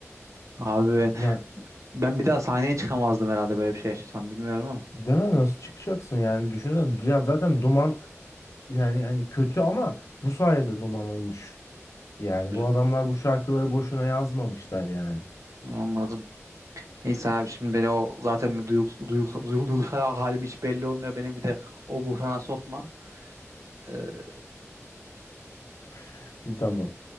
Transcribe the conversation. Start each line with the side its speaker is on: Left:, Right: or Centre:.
Right: Abi ben,
Left: Ya
Right: ben bir daha sahneye çıkamazdım herhalde böyle bir şey yaşasam bilmiyorum ama.
Left: deme nasıl çıkacaksın yani düşünsene ya zaten duman yani hani kötü ama bu sayede duman olmuş. Yani
Right: Evet.
Left: bu adamlar bu şarkıları boşuna yazmamışlar yani.
Right: Anladım. Neyse abi şimdi beni o zaten bir duygus- duygus- duygu- duygusal halim hiç belli olmuyor. Beni bir de o buhrana sokma. Ee,
Left: <laughs> Tamam.